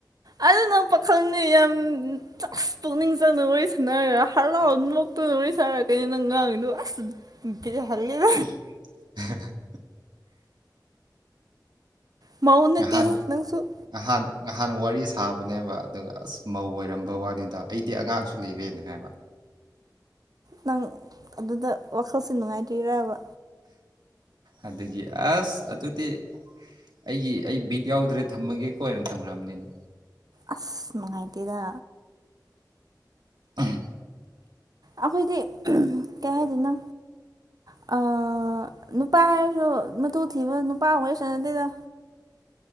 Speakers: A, on the right; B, on the right.
A: ꯑꯗꯨ ꯅꯪ ꯄꯥꯈꯪꯅꯤ ꯌꯥꯝ ꯑꯁ ꯄꯨꯛꯅꯤꯡ ꯆꯪꯅ ꯋꯥꯔꯤ ꯁꯥꯟꯅꯔꯒ ꯍꯔꯥꯎꯃꯨꯛ ꯇꯣꯏꯅ ꯋꯥꯔꯤ ꯁꯥꯔꯛ ꯀꯩꯩꯅꯣ ꯅꯪ ꯉꯥꯡꯉꯤꯗꯣ ꯑꯁ ꯕꯤꯠ ꯍꯜꯂꯤꯗ
B: <unintelligible>
A: ꯃꯥꯎ ꯅꯠꯇꯦꯍꯦ
B: ꯅꯍꯥꯟ
A: ꯅꯪꯁꯨ
B: ꯉꯍꯥꯟ ꯉꯍꯥꯟ ꯋꯥꯔꯤ ꯁꯥꯕꯅꯦꯕ ꯑꯗꯨꯒ ꯑꯁ ꯃꯧ ꯑꯣꯏꯔꯝꯕ ꯋꯥꯅꯤꯗ ꯑꯩꯗꯤ ꯑꯉꯥꯡꯁꯨ ꯂꯩꯔꯦꯅꯦ ꯍꯥꯏꯕ
A: ꯅꯪ ꯑꯗꯨꯗ ꯋꯥꯈꯜꯁꯦ ꯅꯨꯡꯉꯥꯏꯇ꯭ꯔꯤꯔꯕ
B: ꯑꯗꯨꯒꯤ ꯑꯁ ꯑꯗꯨꯗꯤ ꯑꯩꯒꯤ ꯑꯩ ꯕꯤꯠ ꯌꯥꯎꯗ꯭ꯔꯦ ꯊꯝꯃꯒꯦ ꯀꯣ ꯅ ꯊꯝꯈ꯭ꯔꯕꯅꯤꯅ
A: ꯑꯁ ꯅꯨꯡꯉꯥꯏꯇꯦꯗ
B: ꯎꯝ
A: ꯑꯩꯈꯣꯏꯗꯤ ꯀꯩ ꯍꯥꯏꯗꯣꯏꯅꯣ ꯑ ꯅꯨꯄꯥ ꯍꯥꯏꯔꯁꯨ ꯃꯇꯨ ꯊꯤꯕ ꯅꯨꯄꯥꯒ ꯋꯥꯔꯤ ꯁꯥꯟꯅꯗꯦꯗ